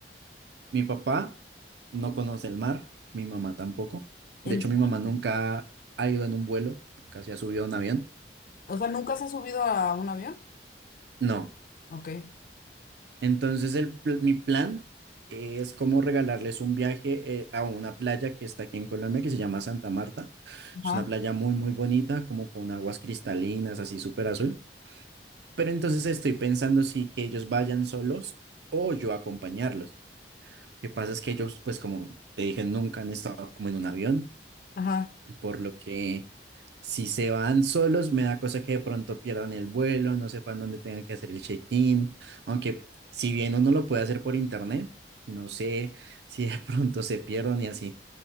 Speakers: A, on the right; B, on the left.
A: Mi papá no conoce el mar, mi mamá tampoco.
B: ¿En
A: De hecho,
B: serio?
A: mi mamá nunca ha ido en un vuelo, casi ha subido a un avión.
B: O sea, ¿nunca se ha subido a un avión?
A: No.
B: Ok.
A: Entonces, el, pl- mi plan es como regalarles un viaje eh, a una playa que está aquí en Colombia, que se llama Santa Marta. Es
B: Ajá,
A: una playa muy, muy bonita, como con aguas cristalinas, así súper azul. Pero entonces estoy pensando si que ellos vayan solos o yo acompañarlos. Lo que pasa es que ellos, pues como te dije, nunca han estado como en un avión,
B: ajá,
A: por lo que si se van solos me da cosa que de pronto pierdan el vuelo, no sepan dónde tengan que hacer el check-in, aunque si bien uno lo puede hacer por internet, no sé si de pronto se pierdan y así.